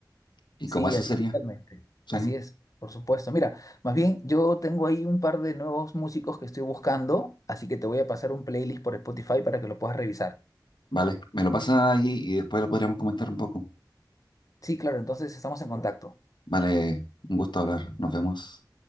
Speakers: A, on the left; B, on the left.
A: Y
B: Sí,
A: como eso
B: así
A: sería.
B: es totalmente.
A: Sí,
B: Así es, por supuesto. Mira, más bien yo tengo ahí un par de nuevos músicos que estoy buscando, así que te voy a pasar un playlist por Spotify para que lo puedas revisar.
A: vale. Me lo pasas ahí y después lo podríamos comentar un poco.
B: Sí, claro, entonces estamos en contacto.
A: Vale, un gusto hablar. Nos vemos.